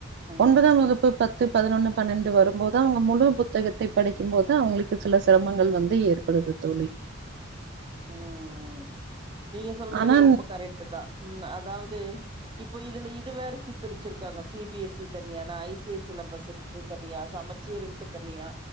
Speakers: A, on the right (about 25°); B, on the right (about 60°).
A: ம்
B: ஒன்பதாம் வகுப்பு பத்து பதினொன்னு பன்னெண்டு வரும்போது அவங்க முழு புத்தகத்தை படிக்கும்போது த்து அவங்களுக்கு சில சிரமங்கள் வந்து ஏற்படுது தோழி
A: ம் நீங்க சொல்றது
B: ஆனா
A: ரொம்ப கரெக்ட்டுதா ம் அதாவது இப்போ இதுல இது வேற சிப்பிச்சிருக்காங்க சிபி எஸ் சி தனியானா ஐசி ஐசி சிலம்பஸ்து தனியா சமச்சீர்ன்ட்டு தனியா